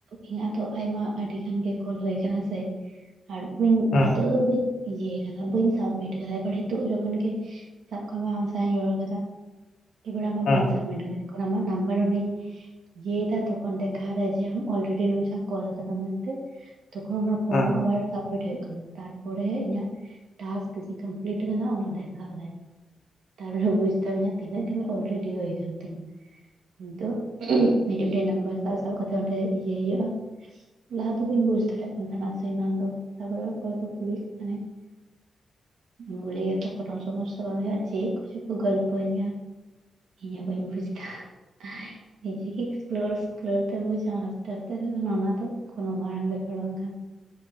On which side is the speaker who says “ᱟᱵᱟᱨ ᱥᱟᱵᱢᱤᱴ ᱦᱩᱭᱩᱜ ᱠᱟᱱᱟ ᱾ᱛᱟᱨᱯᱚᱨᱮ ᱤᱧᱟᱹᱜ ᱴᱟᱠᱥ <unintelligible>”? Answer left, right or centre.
Right